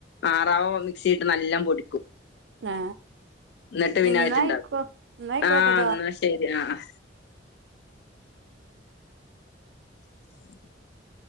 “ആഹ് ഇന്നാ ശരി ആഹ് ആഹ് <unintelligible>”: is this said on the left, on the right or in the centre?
Left